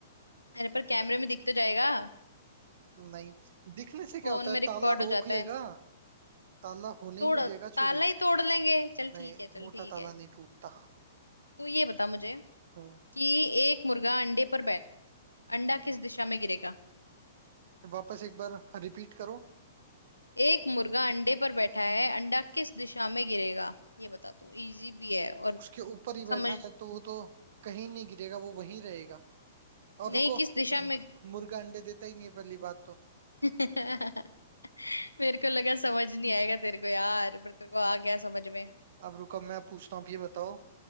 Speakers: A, on the left; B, on the right.
A: अरे पर कैमरे में दिख तो जाएगा
B: नहीं दिखने से क्या
A: फोन
B: होता है
A: में रिकॉर्ड
B: ताला रोक
A: हो जाता
B: लेगा
A: है
B: ताला होने
A: तोड़
B: ही नहीं
A: ताला
B: देगा चोरी
A: ही तोड़ लेंगे चल
B: नहीं
A: ठीक है चल
B: मोटा
A: ठीक
B: ताला
A: है
B: नहीं टूटता
A: तो ये बता मुझे
B: हाँ
A: कि एक मुर्गा अंडे पर बैठ अंडा किस दिशा में गिरेगा
B: वापस एक बार रिपीट करो
A: एक मुर्गा अंडे पर बैठा है अंडा किस दिशा में गिरेगा ये बता तू इजी भी है और
B: तो उसके ऊपर ही बैठा
A: समझ
B: है तो वो तो कहीं नहीं गिरेगा वो वहीं रहेगा और
A: नहीं
B: रुको
A: किस दिशा
B: मु-
A: में
B: मुर्गा अंडे देता ही नहीं है पहली बात तो
A: <laughs> मेरे को लगा समझ नहीं आएगा तेरे को यार पर तेरे को आ गया समझ में
B: अब रुको मैं पूछता हूँ अब ये बताओ